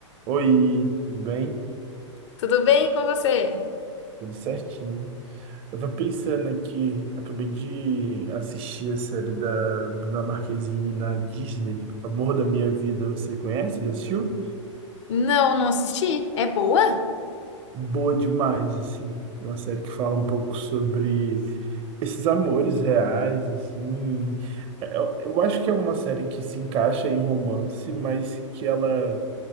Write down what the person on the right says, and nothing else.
Oi, tudo bem?
Tudo certinho. Tava pensando aqui, acabei de assistir a série da Bruna Marquezine na Disney, Amor da Minha Vida, você conhece? Já assistiu?
Boa demais, assim. É Uma série que fala um pouco sobre esses amores reais, assim. É- Eu, eu acho que é uma série que se encaixa em romance, mas que ela